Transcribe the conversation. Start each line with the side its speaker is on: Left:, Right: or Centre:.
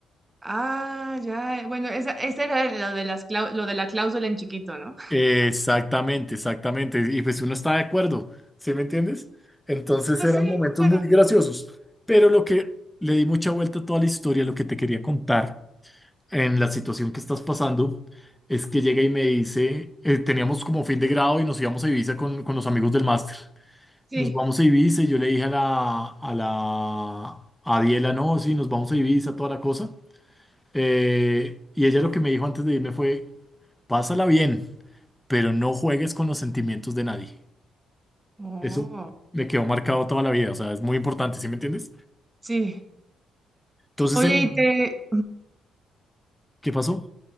Right: Ah, ya. Bueno, esa, esa era lo de las clau- lo de la cláusula en chiquito, ¿no?
Centre: Exactamente, exactamente. Y pues uno está de acuerdo, ¿sí me entiendes? Entonces
Right: Pues
Centre: eran
Right: sí,
Centre: momentos
Right: bueno,
Centre: muy graciosos. Pero lo que le di mucha vuelta a toda la historia, lo que te quería contar en la situación que estás pasando, es que llega y me dice, eh, teníamos como fin de grado y nos íbamos a Ibiza con, con los amigos del máster.
Right: sí.
Centre: Nos vamos a Ibiza y yo le dije a la, a la, a Diela, no, sí, nos vamos a Ibiza, toda la cosa. Eh, y ella lo que me dijo antes de irme fue, pásala bien pero no juegues con los sentimientos de nadie.
Right: Oh,
Centre: Eso me quedó marcado toda la vida, o sea, es muy importante, ¿sí me entiendes?
Right: sí.
Centre: Entonces,
Right: Oye,
Centre: el
Right: y te...
Centre: ¿qué pasó?